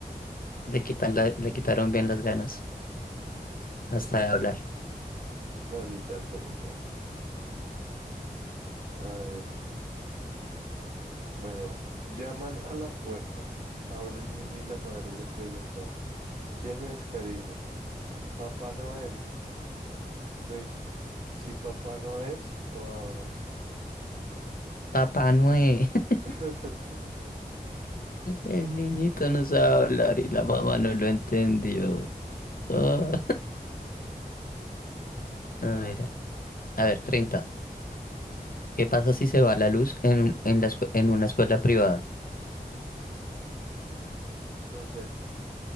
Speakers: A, on the left (about 60°); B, on the right (about 60°).
A: Le quitan la- le quitaron bien las ganas hasta de hablar.
B: No, ni tanto, ni tanto. A ver, bueno, llaman a la puerta. Abre el niño y la madre le pregunta, ¿quién es, cariño? Papá Noel. Pues, si papá no es, no abras.
A: Papá Noé, <laughs>
B: <laughs>
A: el niñito no sabe hablar y la mamá no lo entendió. Ah, no, mira. A ver, treinta ¿Qué pasa si se va la luz en, un- en, la escu- en una escuela privada?
B: No sé.